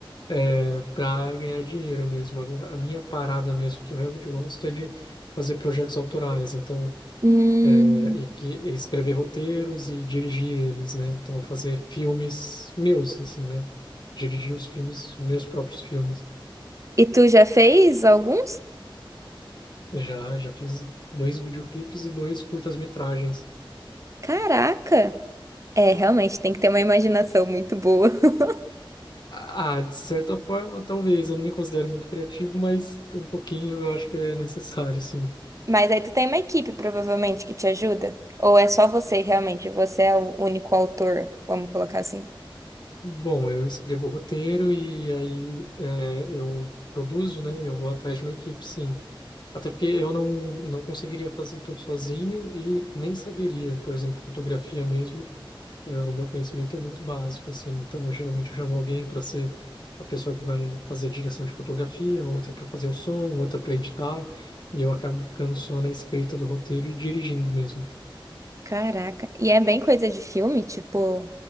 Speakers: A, on the left; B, on the right.
A: é, para ganhar dinheiro mesmo. Agora, a minha parada mesmo que eu realmente gosto é de fazer projetos autorais. Então
B: Hum.
A: é, e que e escrever roteiros e dirigir eles, né? Então fazer filmes meus, assim, né? Dirigir os filmes, meus próprios filmes.
B: E tu já fez alguns?
A: Já, já fiz dois videoclipes e dois curtas-metragens.
B: Caraca! É, realmente, tem que ter uma imaginação muito boa. <laughs>
A: Ah, de certa forma, talvez. Eu não me considero muito criativo, mas um pouquinho eu acho que é necessário, assim.
B: Mas aí tu tem uma equipe, provavelmente, que te ajuda? Ou é só você, realmente? Você é o único autor, vamos colocar assim.
A: Bom, eu escrevo o roteiro e aí é, eu produzo, né? Eu vou atrás de uma equipe, sim. Até porque eu não, não conseguiria fazer tudo sozinho e nem saberia, por exemplo, fotografia mesmo. Eu, o meu conhecimento é muito básico, assim. Então, geralmente eu chamo alguém para ser a pessoa que vai fazer a direção de fotografia, outra para fazer o som, outra para editar. E eu acabo ficando só na escrita do roteiro e dirigindo mesmo. <laughs>
B: Caraca. E é bem coisa de filme, tipo,